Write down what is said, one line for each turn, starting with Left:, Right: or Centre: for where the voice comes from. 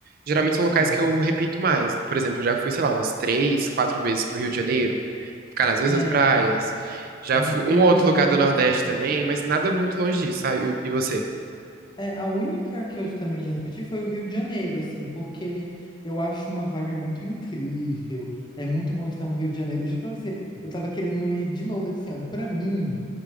Right: geralmente
Left: Sim.
Right: são locais que eu repito mais. Por exemplo, eu já fui, sei lá, umas três, quatro vezes pro Rio de Janeiro. ficar nas mesmas
Left: É.
Right: praias. Já
Left: aham.
Right: fui
Left: Eu
Right: um ou outro lugar
Left: já.
Right: do Nordeste também, mas nada muito longe disso, sabe? E, e você?
Left: É, a única que eu também já repeti foi o Rio de Janeiro, assim, porque eu acho uma vibe muito incrível. É muito bom estar no Rio de Janeiro. Eu juro pra você, eu tava querendo ir de novo esse ano. Pra mim.